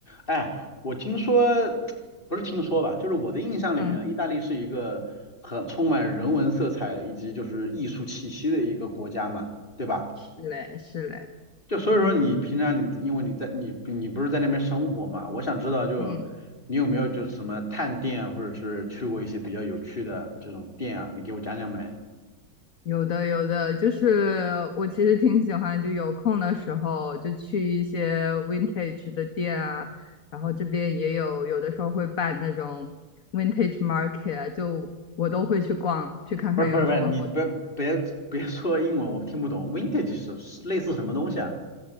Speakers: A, on the left (about 30°); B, on the left (about 50°).
A: 哎，我听说，不是听说吧，就是我的印象里面，
B: 嗯，
A: 意大利是一个很充满人文色彩以及就是艺术气息的一个国家嘛，对吧？
B: 是嘞，是嘞，
A: 就所以说你平常你因为你在你你不是在那边生活嘛，我想知道就你有没有就什么探店啊，
B: 嗯，
A: 或者是去过一些比较有趣的这种店啊，你给我讲讲呗。
B: 有的有的，就是我其实挺喜欢，就有空的时候就去一些 vintage 的店啊，然后这边也有，有的时候会办那种 vintage market 啊，就我都会去逛，去看看有什么好。
A: 不是不是不是，你别别别说英文，我听不懂。Vintage 是是类似什么东西啊？